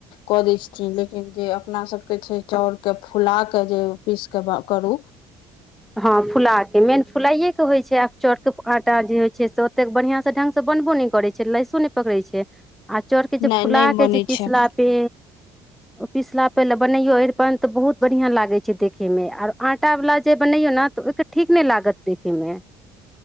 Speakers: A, on the left (about 75°); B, in the centre.
A: कऽ दै छथिन लेकिन जे अपना सबके छै चाउर के फुला के जे पीस के करू
B: ह हँ फुला के मेन फुलाइए के होइ छै आब चरके आटा जे होइ छै से ओतेक बढ़िआं से ढंग से बनबो नहि करै छैय लैसो नहि पकड़े छैय आ चोर के जे
A: नहि
B: फुला
A: नहि
B: के
A: बनै
B: जे पीसला
A: छै
B: पे ओ पिसला पे ले बनैयो तऽ बहुत बढ़िया लागे छैय देखे में और आटा वाला जे बनैयो ने तऽ ओहिके ठीक नहि लागत देखै मे